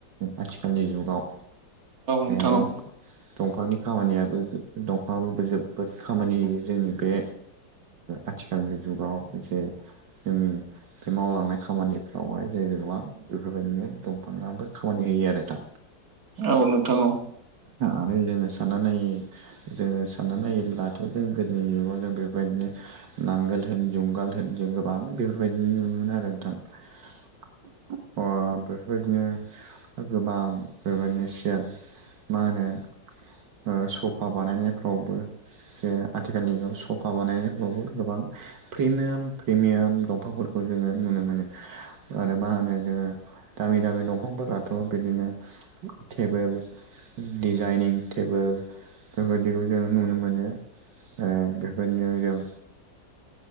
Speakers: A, on the right; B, on the right.
A: आथिखालनि जुगाव
B: नोंथां
A: दं
B: औ
A: दंफांनि खामानियाबो दंफाङोबो जोबोद खामानि होयो जोंनि बे आथिखालनि जुगाव जे जोंनि बे मावलांनाय खामानिफ्रावहाय जे गोबां बेफोरबायदिनो दंफाङा खामानि होयो आरो दा
B: औ नोंथां औ
A: आरो जोङो साननानै जोङो साननानै नायोब्लाथ' जों गोदोनि जुगाव जों बेफोरबायदिनो नांगोल होन ज जंगाल होनजों गोबां बेफोरबायदि नुोमोन आरो नोंथां अ बेफोरबायदिनो गोबां बेबायदिनो सियार मा होनो सफा बानायनायफ्रावबो ज आथिखाल आथिखालनिगाव सफा बानायनायफोरावबो गोबां प्रिमियाम प्रिमियाम दं दंफांफोरखौ जोङो नुनो मोनो आरो मा होनो जोङो दामि दामि दंफां थ' बिदिनो टेबोल डिजाइनिं टेबोल बेबायदिखौ जोङो नुनो मोनो ए बिफोरबायदिनो जों